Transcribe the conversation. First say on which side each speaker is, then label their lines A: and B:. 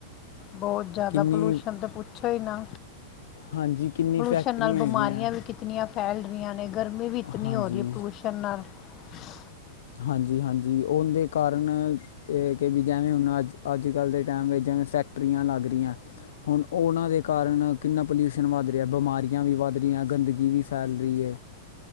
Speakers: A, on the left (about 40°); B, on the left (about 80°).
A: ਬਹੁਤ ਜ਼ਿਆਦਾ
B: ਕਿੰਨੀ
A: ਪੋਲੂਊਸ਼ਨ ਤੇ ਪੁ ਪੁੱਛੋ ਈ ਨਾ
B: ਹਾਂਜੀ ਕਿੰਨੀ
A: ਪਲੂਸ਼ਣ
B: ਫੈਕਟਰੀਆਂ
A: ਨਾਲ ਬਿਮਾਰੀਆਂ
B: ਹੈਗੀਆਂ
A: ਵੀ ਕਿਤਨੀਆਂ ਫੈਲ ਹਰੀਆਂ ਨੇ - ਗਰਮੀ ਵੀ ਇਤਨੀ
B: ਹਾਂਜੀ
A: ਹੋ ਰਹੀ ਹੈ, ਪੋਲੂਸ਼ਣ ਨਾਲ ਹ <inaudible>
B: ਹਾਂਜੀ ਹਾਂਜੀ ਉਹ ਦੇ ਕਾਰਨ ਕਿ ਵੀ ਜਿਵੇਂ ਹੁਣ ਅੱਜ ਅੱਜ ਕੱਲ੍ਹ ਦੇ ਟਾਈਮ ਵਿੱਚ ਜਿਵੇਂ ਫੈਕਟਰੀਆਂ ਲੱਗ ਰਹੀਆਂ ਹੁਣ ਉਹਨਾਂ ਦੇ ਕਾਰਨ ਕਿੰਨਾ ਪੋਲਿਊਸ਼ਨ ਵੱਧ ਰਿਹਾ ਬਿਮਾਰੀਆਂ ਵੀ ਵੱਧ ਰਹੀਆਂ ਗੰਦਗੀ ਵੀ ਫੈਲ ਰਹੀ ਹੈ